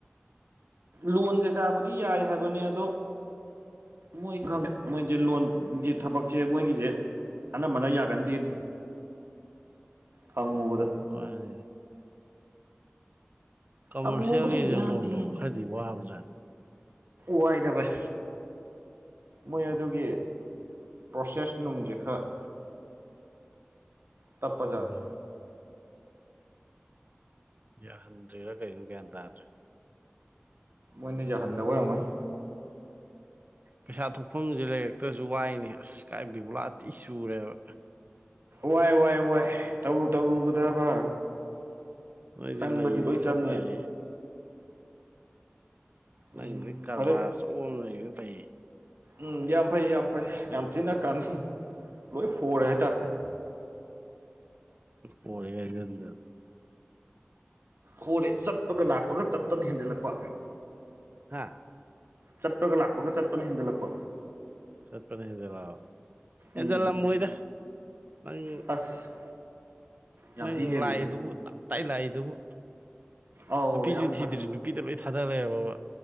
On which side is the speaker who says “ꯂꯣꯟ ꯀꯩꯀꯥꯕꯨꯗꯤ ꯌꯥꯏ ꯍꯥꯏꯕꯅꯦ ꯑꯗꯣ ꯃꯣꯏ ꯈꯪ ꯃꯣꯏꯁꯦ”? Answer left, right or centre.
Right